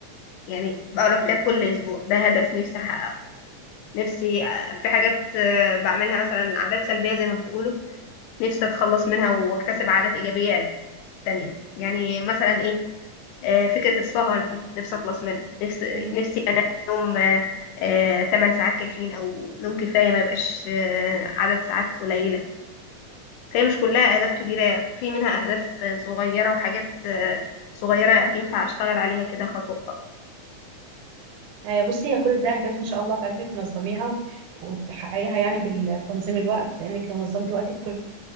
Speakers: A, on the left; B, on the right.
A: يعني بقرا كتاب كل أسبوع ده هدف نفسي أحققه نفسي آه، في حاجات آه، بعملها مثلا عادات سلبية زي ما بيقولوا نفسي أتخلص منها وأكتسب عادات إيجابية تانية يعني مثلا إيه آه، فكرة السهر دي نفسي أخلص منها نفسي
B: م.
A: نفسي أنام نوم آه، 8 ساعات كافيين أو نوم كفاية ما يبقاش آه، عدد ساعات قليلة فهي مش كلها أهداف كبيرة في منها أهداف صغيرة وحاجات آه، صغيرة ينفع أشتغل عليها كده خطوة بخطوة
B: آه، بصي هي كل ده اهداف ان شاء الله تعرفي تنظميها و- وتحققيها يعني بال- بتنظيم الوقت لانك لو نظمتي وقتك كل